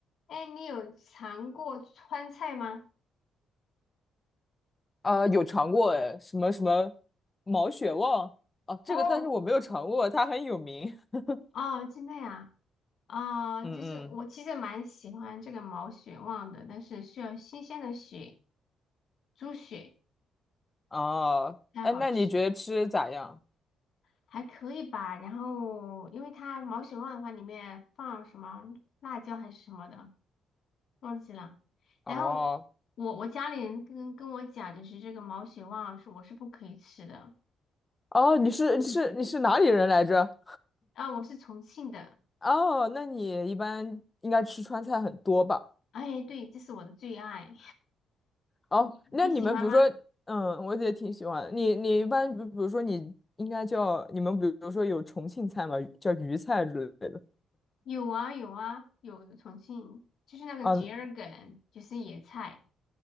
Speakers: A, on the left; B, on the left.
A: 哎，你有尝过川菜吗？
B: 啊，有尝过哎，什么什么毛血旺哦，这个但是我没有尝过，
A: 哦，
B: 它很有名。<laughs>
A: 哦，真的呀，啊、
B: 嗯嗯，
A: 就是我其实蛮喜欢这个毛血旺的，但是需要新鲜的血，猪血
B: 哦，
A: 才好吃，
B: 哎，那你觉得吃咋样？
A: 还可以吧。然后，因为它毛血旺的话，里面放什么辣椒还是什么的，忘记了。
B: 哦
A: 然后我我家里人跟跟我讲，就是这个毛血旺是我是不可以吃的，
B: 哦，你是你是你是哪里人来着？
A: 啊，我是重庆的，
B: 哦，那你一般应该吃川菜很多吧？
A: 哎，对，这是我的最爱，
B: 哦，
A: <laughs>
B: 那你们比如说，
A: 你喜欢吗？
B: 嗯，我也挺喜欢的你你一般比比如说你应该叫你们比如说有重庆菜嘛，叫渝菜之类的。
A: 有啊有啊有重庆，就是那个桔儿梗，
B: 啊
A: 就是野菜。